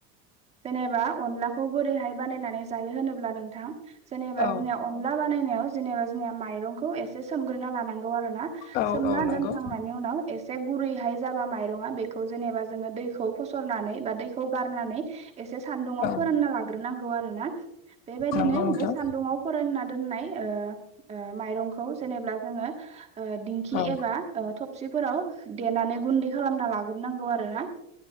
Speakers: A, on the right; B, on the left.
A: जेनेबा अनलाखौ बोरैहाय बानायनानै जायो होनोब्ला नोंथां जेनेब्ला
B: औ
A: जोंनिया अनला बानायनानै माइरंखौ इसे सोमग्रोना लानांगौ आरोना
B: औ
A: सोमना
B: औ नंगौ
A: दोनखांनायनि उनाव गुरैहाय जाबा माइरङा बेखौ जेनेबा जोङो दैखौ फसरनानै बा दैखौ गारनानै एसे सान्दुुंआव
B: औ
A: फोरानना लाग्रोनांगौ आरो ना बेबायदिनो
B: नंगौ नोंथां
A: बे सान्दुाव फोरानना ओ माइरं खौ जेनेबा जोंङो दिंखि
B: औ
A: एबा थबसि सिफोराव देनानै गुन्दै खालामना लाग्रोनांगौ आरो ना